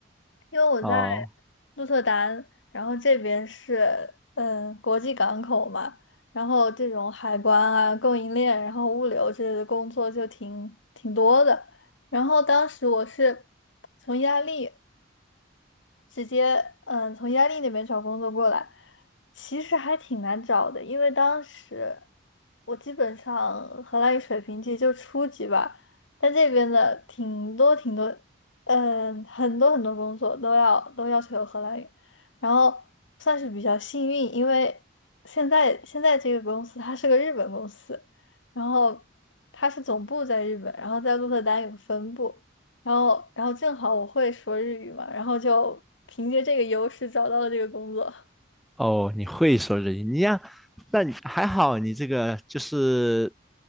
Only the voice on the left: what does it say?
因为我在
鹿特丹，然后这边是嗯国际港口嘛，然后这种海关啊、供应链，然后物流之类的工作就挺挺多的。然后当时我是从意大利。直接嗯从意大利那边找工作过来，其实还挺难找的，因为当时我基本上荷兰语水平其实就初级吧，但这边的挺多挺多，嗯，很多很多工作都要都要求有荷兰语，然后算是比较幸运，因为现在现在这个公司它是个日本公司，然后它是总部在日本，然后在鹿特丹有个分部。然后然后正好我会说日语嘛，然后就凭借这个优势找到了这个工作。